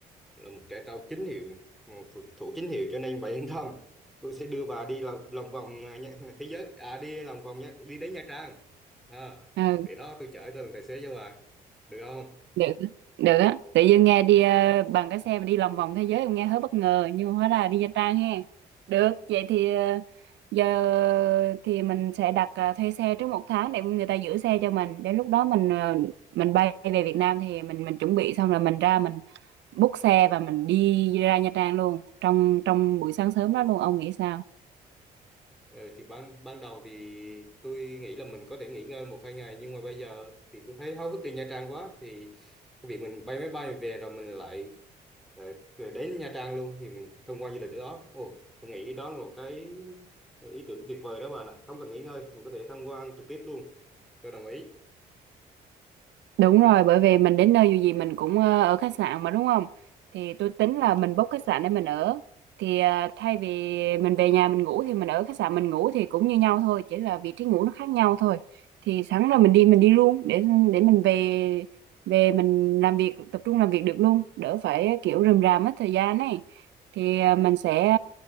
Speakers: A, in the centre; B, on the right (about 60°).
A: là một cái tàu chính hiệu này, một phù thủ chính hiệu cho nên bà yên tâm tôi sẽ đưa bà đi lòng, lòng vòng à, nhá- thế giới à đi lòng vòng nhá, đi đến Nha Trang à,
B: ừ
A: để đó tôi chở tôi làm tài xế cho bà được không
B: được được á tự nhiên nghe đi ờ, bằng cái xe mà đi lòng vòng thế giới cũng nghe hơi bất ngờ nhưng mà hóa là đi Nha Trang ha được vậy thì ờ, giờ thì mình sẽ đặt ờ, thuê xe trước một tháng để người ta giữ xe cho mình đến lúc đó mình ờ, mình bay về Việt Nam thì mình mình chuẩn bị xong rồi mình ra mình book xe và mình đi ra Nha Trang luôn trong trong buổi sáng sớm đó luôn ông nghĩ sao
A: Ừ, thì ban ban đầu thì tôi nghĩ là mình có thể nghỉ ngơi một hai ngày nhưng mà bây giờ thì tôi thấy háo hức đi Nha Trang quá thì cái việc mình bay máy bay mình về rồi mình lại ờ, về đến Nha Trang luôn thì mình thông qua du lịch ở đó ồ tôi nghĩ đó là một cái ý tưởng tuyệt vời đó bạn ạ không cần nghỉ ngơi mình có thể tham quan trực tiếp luôn tôi đồng ý
B: Đúng rồi, bởi vì mình đến nơi dù gì mình cũng ờ, ở khách sạn mà đúng không? Thì tôi tính là mình book khách sạn để mình ở. Thì ờ, thay vì mình về nhà mình ngủ thì mình ở khách sạn mình ngủ thì cũng như nhau thôi, chỉ là vị trí ngủ nó khác nhau thôi. Thì sẵn là mình đi mình đi luôn để để mình về về mình làm việc tập trung làm việc được luôn, đỡ phải kiểu rườm rà mất thời gian này. Thì ờ, mình sẽ